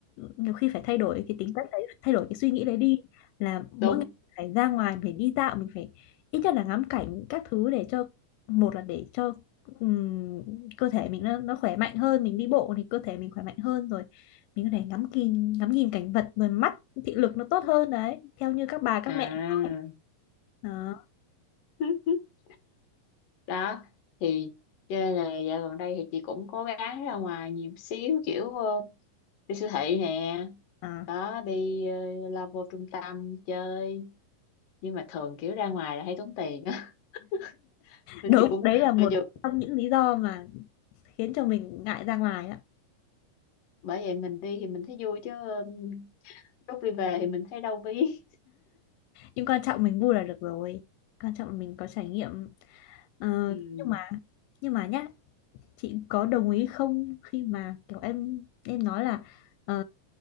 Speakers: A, on the left; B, on the left.
A: nhiều khi phải thay đổi cái tính cách đấy thay đổi cái suy nghĩ đấy đi là mỗi
B: đúng
A: ngày phải ra ngoài phải đi dạo mình phải ít nhất là ngắm cảnh các thứ để cho một là để cho ừm, cơ thể mình nó nó khỏe mạnh hơn mình đi bộ thì cơ thể mình khỏe mạnh hơn rồi mình có thể ngắm nhìn ngắm nhìn cảnh vật rồi mắt thị lực nó tốt hơn đấy theo như các bà các
B: à
A: mẹ nói đó
B: <laughs> đó thì cho nên là dạo gần đây thì chị cũng cố gắng ra ngoài nhiều xíu kiểu ờ, đi siêu thị nè
A: à.
B: đó đi ờ, lao vô trung tâm chơi nhưng mà thường kiểu ra ngoài là hay tốn tiền á <laughs> nên
A: đúng
B: chị cũng
A: đấy là một
B: mà dù
A: trong những lý do mà khiến cho mình ngại ra ngoài đó
B: bởi vậy mình đi thì mình thấy vui chứ ờ, lúc đi về thì mình thấy đau ví
A: nhưng quan trọng mình vui là được rồi quan trọng là mình có trải nghiệm Ờ,
B: ừ
A: nhưng mà nhưng mà nhá chị có đồng ý không khi mà kiểu em em nói là ờ,